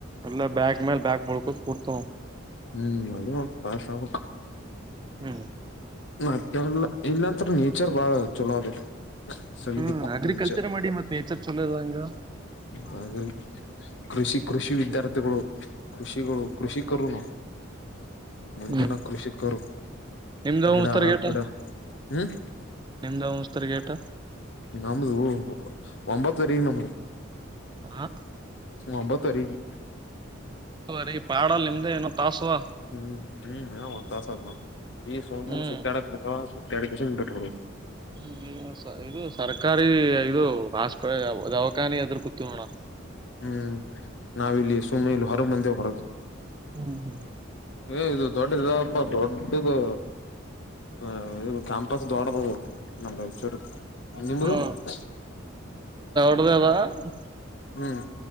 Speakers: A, on the right; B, on the left.
A: ಎಲ್ಲ ಬ್ಯಾಗ್ ಮೇಲೆ ಬ್ಯಾಗ್ ಬಳ್ಕೋದ ಕುೂರ್ತ
B: ಹ್ಮ್ ಅದೇ ಒ ಆಷ ಆಗು
A: ಹ್ಮ್
B: ಮತ್ತಲ್ಲ ಇಲ್ಲಾಂತರ ನೇಚರ್ ಬಾಳ ಚಲೋ ಅದ ಸವಿಬೇಕು
A: ಹ್ಮ್ ಅಗ್ರಿಕಲ್ಚರ್
B: ನೇಚರ್
A: ಮಾಡಿ ಮತ್ತ್ ನೇಚರ್ ಚಲೋ ಅದ ಹಂಗ
B: ಹಾಗ ಕೃಷಿ ಕೃಷಿ ವಿದ್ಯಾರ್ಥಿಗಳು ಕೃಷಿಗಳು ಕೃಷಿಕರುನು ಮುಂದಿನ
A: ಹ್ಮ್
B: ಕೃಷಿಕರು
A: ನಿಮ್ದ
B: ಗಿಡ
A: ಮುಸ್ತಾರ ಗೇಟ
B: ಗಿಡ ಹ್ಮ್
A: ನಿಮ್ದ ಮುಸ್ತಾರ ಗೇಟ
B: ನಮ್ದ ಒಂಬತ್ತುವರೆಗ ನಮ್ದ
A: ಹಾ
B: ಒಂಬತ್ತುವರಿಗೆ
A: ಅ ಈ ಪಾಡಲ್ ನಿಮ್ದೆ ಏನೋ ತಾಸ್ ಅದಾ
B: ಹ್ಮ್ ಹ್ಮ್ ಹ ಒಂದ್ಥಸ ಆದ್ ನಾವ್ ಈ ಸೋಮ್
A: ಹ್ಮ್
B: ಸುತ್ತಾಡಕ್ ಮವ ಸ ತಡಿಕಸಂದು ಭಟವ
A: ಹ್ಮ ಇದು ಸರ್ಕಾರಿ ಇದು ನಾಷ್ಟ ದವಾಖಾನಿ ಎದುರ ಕುತ್ತನಿ ನೋಡಣ
B: ಹ್ಮ್ ನಾವಿಲ್ಲಿ ಸುಮ್ನೆ ಇಲ್ಲಿ ಹೊರ ಮಂದಿ ಹೊರತವಿ
A: ಹ್ಮ್ ಹ್ಮ್
B: ಏ ಇದು ದೊಡ್ಡ ಇದಾವಪ್ಪಾ ದೊಡ್ಡದು ಹ ಇ ಕ್ಯಾಂಪಸ್ ದೊಡದು ಅದಾ ನಮ್ಮ ಹಚ್ ಓ ಡಿ ದಾ ಅಲ್ಲಿಂದೂ
A: ಹ್ಮ
B: <unintelligible>
A: <unintelligible>
B: ಹ್ಮ್